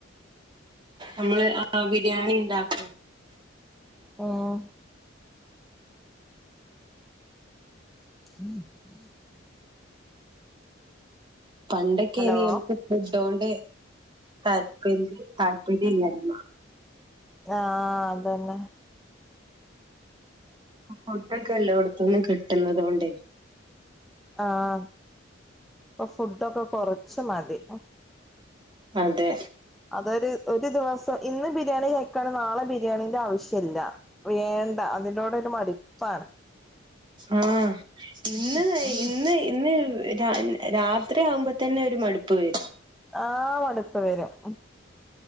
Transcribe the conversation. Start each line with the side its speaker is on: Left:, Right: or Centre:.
Right: അമ്മള് ബിരിയാണി ഇണ്ടാക്കു
Centre: ആഹ്. <unintelligible>
Right: പണ്ടക്കിനിയും
Centre: ഹലോ
Right: നമ്ക്ക് ഫുഡോണ്ട് താല്പര്യ താല്പര്യല്ലായ്മ.
Centre: ആഹ് അതന്ന.
Right: ഫുഡ്ക്കെ എല്ലോട്ത്ത്ന്ന് കിട്ട്ന്നത് കൊണ്ടേ.
Centre: ആഹ് പ്പ ഫുഡൊക്ക കൊറച്ച് മതി.
Right: അതെ.
Centre: അതൊര് ഒര് ദിവസം ഇന്ന് ബിരിയാണി കഴിക്കാണ നാളെ ബിരിയാണിന്റ ആവിശ്യല്ല വേണ്ട അതിനോടൊര് മടിപ്പാണ്
Right: ആഹ് ഇന്ന് വെയ് ഇന്ന് ഇന്ന് വ് രാ രാത്രി ആവ്മ്പത്തന്നെ ഒര് മടിപ്പ് വെരും
Centre: ആഹ് മട്പ്പ് വെരും